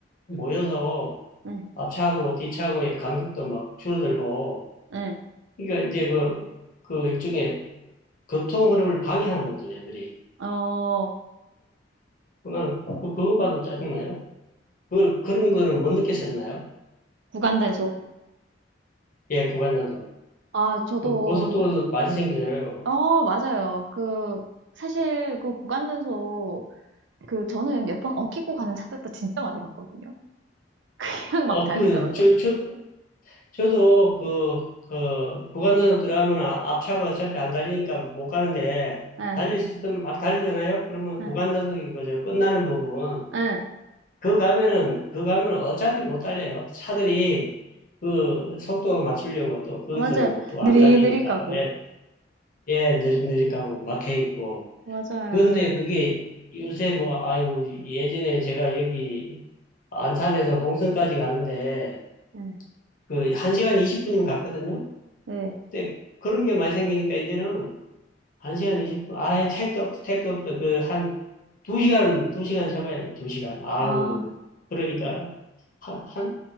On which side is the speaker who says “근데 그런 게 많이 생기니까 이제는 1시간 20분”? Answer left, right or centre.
Left